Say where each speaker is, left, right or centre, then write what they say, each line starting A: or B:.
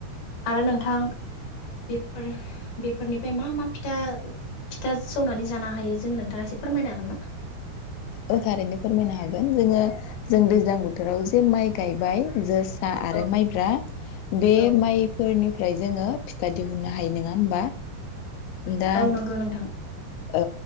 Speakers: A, on the left; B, on the left.
A: आरो नोंथां बेफोर-बेफोरनिफाय मा मा फिथा फिथा सौनानै जानो हायो जोङो नोंथाङा एसे फोरमायनो हागोनना?
B: ओ थारैनो फोरमायनो हागोन जोङो जों दैज्लां बोथोराव जे माइ गायबाय जास्ट आ आरो
A: औ
B: माइब्रा बे
A: औ
B: माइफोरनि फ्राय जोङो फिथा दिहुननो हायो नोङा होमबा दा
A: औ नोंगो नोंथां
B: औ